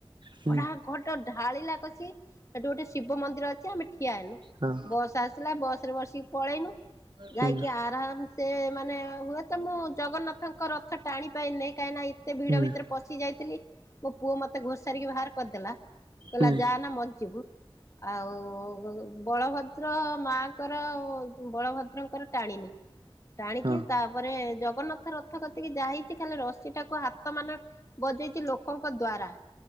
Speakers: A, on the right; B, on the left.
A: ହୁଁ
B: ଗଟା ଘର ଢାଳିିଲା କସି ସେଠି ଗୋଟେ ଶିବ ମନ୍ଦିର ଅଛି ଆମେ ଠିଆନୁ
A: ହଁ
B: ବସ ଆସିଲା ବସ ରେ ବସିକି ପଳେଇନୁ
A: ହୁଁ
B: ଯାଇକି ଆରାମ ସେ ମାନେ ହୁଏତ ମୁଁ ଜଗନ୍ନାଥଙ୍କ ରଥ ଟାଣିପ ନାହିଁ କାହିଁକିନା ଏତେ ଭିଡ
A: ହୁଁ
B: ଭିତରେ ପଶି ଯାଇଥିଲି ମୋ ପୁଅ ମତେ ଘୁ ସାରିକି ବାହାର କରିଦେଲା କହିଲା
A: ହୁଁ
B: ଯା ନା ମଞ୍ଚିବୁ ଆଉ ବଳଭଦ୍ର ମାଙ୍କର ବଳଭଦ୍ରଙ୍କର ଟାଣିନି ଟାଣିକି
A: ହଁ
B: ତାପରେ ଜଗନ୍ନାଥ ରଥ କତିକି ଯାହା ହେଇଛି ଖାଲି ରଶି ଟାକୁ ହାତ ମାନ ବଜେଇଛି ଲୋକଙ୍କ ଦ୍ଵାରା